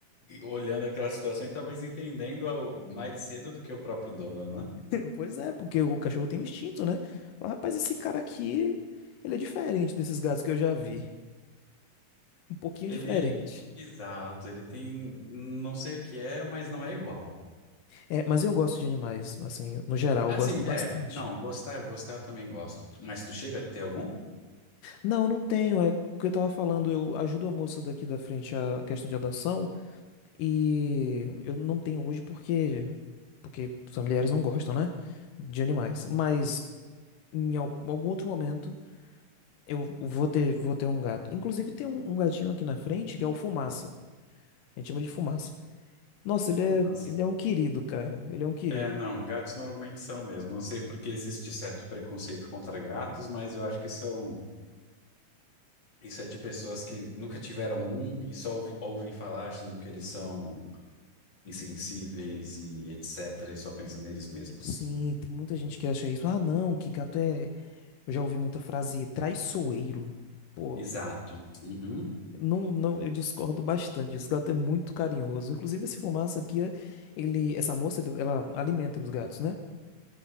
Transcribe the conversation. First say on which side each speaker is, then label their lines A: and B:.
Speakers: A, on the left; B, on the left.
A: olhando aquela situação e talvez entendendo ao- mais cedo do que o próprio dono, né?
B: <laughs> Pois é, porque o cachorro tem um instinto, né? Fala, Rapaz, esse cara aqui, ele é diferente desses gatos que eu já vi. um pouquinho
A: Ele,
B: diferente.
A: exato, ele tem, não sei o que é, mas não é igual.
B: É, mas eu gosto de animais, assim, no geral,
A: Assim,
B: eu gosto bastante.
A: é, não, gostar, gostar eu também gosto. Tu- Mas tu chega a ter algum?
B: Não, eu não tenho, é o que eu tava falando, eu ajudo a moça daqui da frente a questão de adoção e eu não tenho hoje porque porque as mulheres não gostam, né, de animais. Mas em al- algum outro momento eu vou ter vou ter um gato. Inclusive tem um, um gatinho aqui na frente que é o Fumaça. A gente chama de Fumaça. Nossa, ele é
A: Nossa.
B: ele é um querido, cara. Ele é um querido.
A: É, não, gatos normalmente são mesmo. Não sei porque existe certo preconceito contra gatos, mas eu acho que são, isso é de pessoas que nunca tiveram um e só ouvi- ouvem falar achando que eles são insensíveis e etc. e só pensam neles mesmos.
B: Sim, tem muita gente que acha isso. Ah, não, que gato é. Eu já ouvi muita frase traiçoeiro. Pô,
A: Exato. Uhum.
B: não, não, eu discordo bastante. disso. gato é muito carinhoso. Inclusive, esse fumaça aqui, ele, essa moça, ele- ela alimenta os gatos, né?